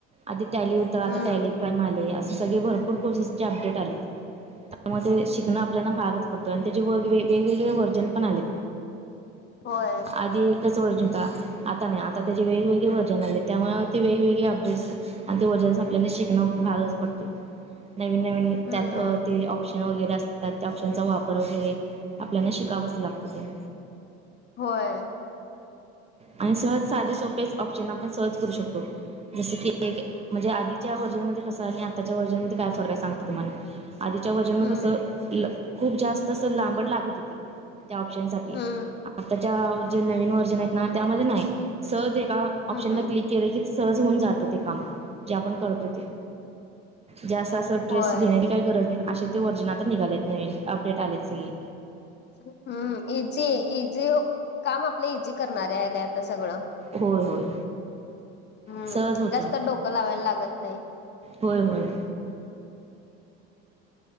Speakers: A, on the right; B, on the left.
A: आधी टॅली होत आता
B: हम्म
A: टॅली प्राईम आले. सगळे भरपूर कोर्सेसचे अपडेट आलेत. त्यामुळे ते शिकणं आपल्याला भागच पडत आणि त्याचे वगरे वेगवेगळे वर्जन पण आलेत.
B: होय.
A: आधी एकच व्हर्ज होता आता नाही आता त्याचे वेगवेगळे व्हर्जन आले त्यामुळे ते वेगवेगळे अपडेट्स आणि ते वर्जनस आपल्याने शिकणं भागच पडते. नवीन नवीन
B: हम्म
A: त्यात अ ते ऑप्शन वगैरे असत त्या ऑप्शनचा वापर वगैरे आपल्याना शिकावच लागत ते.
B: होय
A: आणि सहज साधे सोपेच ऑप्शन आपण सहज करू शकतो. जस की एक म्हणजे आधीच्या व्हर्जन मध्ये कसं आणि आताच्या वर्जन मध्ये काय फरक आहे सांगते तुम्हाला आधीच्या वर्जन मध्ये
B: हम्म
A: कसं खूप जास्त अस लांबट लागत होती. त्या ऑप्शन साठी
B: हम्म
A: आताच्या जे नवीन व्हर्जन आहेत ना त्यामध्ये नाही सहज एका ऑप्शनला
B: हम्म हम्म
A: नकली केलं की सहज होऊन जात ते काम जे आपण करतो ते ज्या अस अस तर ट्रेस
B: होय.
A: घेण्याची काही गरज नाही असे ते वर्जिन आता निघालेत नवीन अपडेट आलेत सगळे.
B: हम्म इझी इझी काम आपलं इझी करणारे आले आता सगळं.
A: होय होय
B: हम्म
A: सहज होतं
B: जास्त डोकं लावायला लागत नाही.
A: होय होय